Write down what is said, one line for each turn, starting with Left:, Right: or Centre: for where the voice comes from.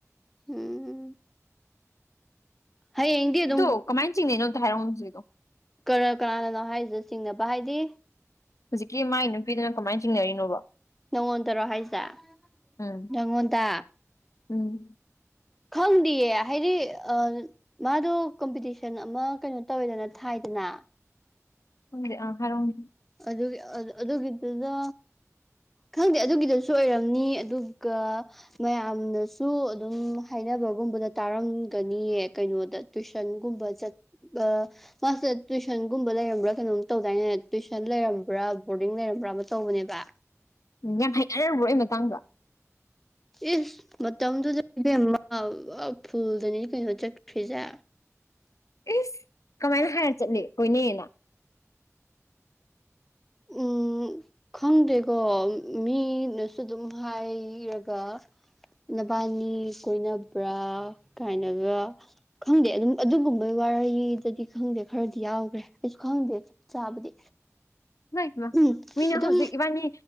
Centre: ꯎꯝ ꯍꯌꯦꯡꯗꯤ ꯑꯗꯨꯝ
Left: ꯑꯗꯣ ꯀꯃꯥꯏꯟ ꯆꯤꯡꯅꯩꯅꯣ ꯑꯝꯇ ꯍꯥꯏꯔꯛꯑꯣꯟ ꯍꯧꯖꯤꯛꯀꯤꯗꯣ
Centre: ꯀꯔ ꯀꯅꯥꯅꯅꯣ ꯍꯥꯏꯖꯦ ꯆꯤꯡꯅꯕ ꯍꯥꯏꯗꯤ
Left: ꯍꯧꯖꯤꯛꯀꯤ ꯃꯥꯏ ꯅꯨꯄꯤꯗꯨꯅ ꯀꯃꯥꯏꯟ ꯆꯤꯡꯅꯔꯤꯅꯣꯕ
Centre: ꯅꯉꯣꯟꯗꯔꯣ ꯍꯥꯏꯁꯦ
Left: ꯎꯝ
Centre: ꯅꯪꯉꯣꯟꯗ
Left: ꯎꯝ
Centre: ꯈꯪꯗꯤꯌꯦ ꯍꯥꯏꯗꯤ ꯑꯥ ꯃꯥꯗꯣ ꯀꯝꯄꯤꯇꯤꯁꯟ ꯑꯃ ꯀꯩꯅꯣ ꯇꯧꯋꯦꯗꯅ ꯊꯥꯏꯗꯅ
Left: ꯈꯪꯗꯦ ꯑꯥ ꯍꯥꯏꯔꯧꯅꯦ
Centre: ꯑꯗꯨꯒꯤ ꯑꯥꯗꯨ ꯑꯗꯨꯒꯤꯗꯨꯗ ꯈꯪꯗꯦ ꯑꯗꯨꯒꯤꯗꯁꯨ ꯑꯣꯏꯔꯝꯅꯤ ꯑꯗꯨꯒ ꯃꯌꯥꯝꯅꯁꯨ ꯑꯗꯨꯝ ꯍꯥꯏꯅꯕꯒꯨꯝꯕꯗ ꯇꯥꯔꯝꯒꯅꯤꯌꯦ ꯀꯩꯅꯣꯗ ꯇꯨꯏꯁꯟꯒꯨꯝꯕ ꯆꯠ ꯑꯥ ꯃꯥꯁꯦ ꯇꯨꯏꯁꯟꯒꯨꯝꯕ ꯂꯩꯔꯝꯕ꯭ꯔꯥ ꯀꯩꯅꯣꯝ ꯇꯧꯗꯥꯏꯅꯦ ꯇꯨꯏꯁꯟ ꯂꯩꯔꯝꯕ꯭ꯔꯥ ꯕꯣꯔꯗꯤꯡ ꯂꯩꯔꯝꯕ꯭ꯔꯥ ꯑꯃ ꯇꯧꯕꯅꯦꯕ
Left: ꯎꯝ ꯌꯥꯝ ꯍꯥꯏꯅꯔꯕ꯭ꯔꯣ ꯑꯩ ꯃꯇꯥꯡꯗ
Centre: ꯏꯁ ꯃꯇꯝꯗꯨꯗ ꯏꯕꯦꯝꯃ ꯑꯥ ꯐꯨꯜꯗꯅꯤ ꯀꯩꯅꯣ ꯆꯠꯈ꯭ꯔꯤꯖꯦ
Left: ꯑꯁ ꯀꯃꯥꯏꯅ ꯍꯥꯏꯔ ꯆꯠꯂꯤ ꯀꯣꯏꯅꯩꯌꯦꯅ
Centre: ꯎꯝ ꯈꯪꯗꯦꯀꯣ ꯃꯤꯅꯁꯨ ꯑꯗꯨꯝ ꯍꯥꯏꯔꯒ ꯅꯕꯥꯅꯤ ꯀꯣꯏꯅꯕ꯭ꯔꯥ ꯀꯥꯏꯅꯒ ꯈꯪꯗꯦ ꯑꯗꯨꯝ ꯑꯗꯨꯒꯨꯝꯕꯩ ꯋꯥꯔꯤꯔꯗꯗꯤ ꯈꯪꯗꯦ ꯈꯔꯗꯤ ꯌꯥꯎꯒ꯭ꯔꯦ ꯑꯩꯁꯨ ꯈꯪꯗꯦ ꯆꯥꯕꯗꯤ
Left: ꯃꯥꯏ ꯄꯦꯃꯥ
Centre: ꯎꯝ
Left: ꯃꯤꯅ
Centre: ꯑꯗꯨꯝ
Left: ꯍꯧꯖꯤꯛ ꯏꯕꯥꯏꯅꯤ